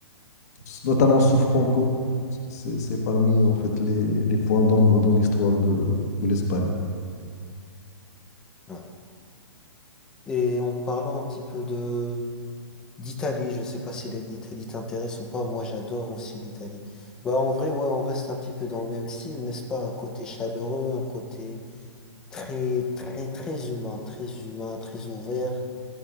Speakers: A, on the left (about 35°); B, in the centre.
A: s- notamment sous Franco, c'est c'est parmi en fait les, les points d'ombre dans l'histoire de, de l'Espagne.
B: Ouais. Et en parlant un petit peu de d'Italie, je sais pas si l'Italie t'intéresse ou pas, moi j'adore aussi l'Italie. Bah en vrai, ouais, on reste un petit peu dans le même style, n'est-ce pas? Un côté chaleureux, un côté très, très, très humain, très humain, très ouvert,